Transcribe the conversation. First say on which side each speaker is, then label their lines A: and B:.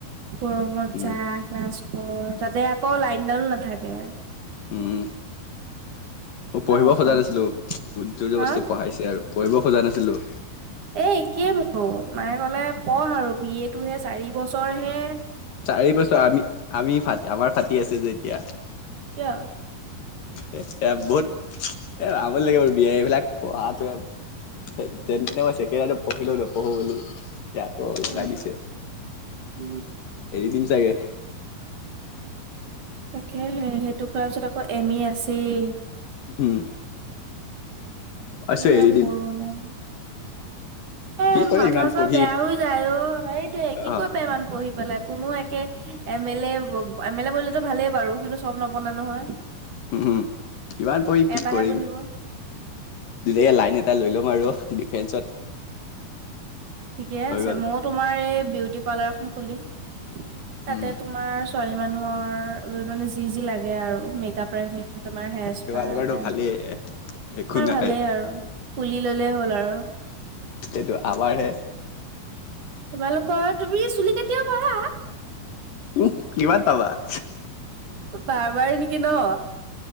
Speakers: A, on the right; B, on the left.
A: গৰমত
B: উম
A: যা ক্লাছ কৰ তাতে আকৌ লাইন দালো নাথাকে।
B: উম উ
A: ইমান
B: পঢ়িব
A: অশান্তি
B: সজা নিছিলো যোৰজবস্তি
A: হা
B: পঢ়াইছে আৰু। পঢ়িব খোজা নাছিলোঁ।
A: এ একেই মোৰো মায়ে কলে পঢ়ৰ আৰু বি এ টোহে চাৰি বছৰ হে।
B: চাৰি বছৰ আমি আমি ফা আমাৰ ফাটি আছে যে এতিয়া।
A: কিয়
B: এ এ বহুত এ আমনি লাগে বি এ এইবিলাক পঢ়াটোৱে। যে তেনে মই চছেকেণ্ড পঢ়িলো নপঢ়ো বুলি ইতিয়া
A: উম
B: লগাই দিছে।
A: উম।
B: এৰি দিম চাগে।
A: তাকে সে সেইটো কৰাৰ পিছত আকৌ এম এ আছেই।
B: উম। আছো
A: কি যে
B: এৰি দিম
A: কৰো ন। এ
B: কি কৰে
A: মাথা
B: ইমান
A: চাথা
B: পঢ়ি
A: বেয়া হৈ যায় অ সেইটোৱে
B: আহ
A: কি কৰিব পাৰিম আমি পঢ়ি পেলাই কোনো এ কে এমেলে এমেলে বনিলেতো ভালেই বাৰু কিন্তু চব নবনে নহয়।
B: উম হু ইমানাৰ পঢ়ি কি
A: এটাহে
B: কৰিম।
A: বনিব
B: ধুনিয়াকে লাইন এটা লৈ ল'ম আৰু ডিফেন্সত।
A: ঠিকে
B: হৈ
A: আছে
B: গ'ল
A: মোয়োও তোমাৰ এই বিউটি পাৰ্লাৰ এখন খুলিম তাতে
B: উম
A: তোমাৰ ছোৱালী মানুহৰ মানে যি যি লাগে আৰু মেক আপৰ এইখিনি। তোমাৰ সেচ্পা
B: তোমালোকৰতো
A: তেম
B: ভালেই একো
A: তোমাৰ
B: নাই
A: ভালেই আৰু খুলি ললে হ'ল আৰু।
B: সেইটো আমাৰহে
A: তোমালোকৰ তুমি চুলি কাতিব পৰা?
B: উম, কিমান তাৱা <inaudible>
A: বাৰ বাৰ নেকি ন?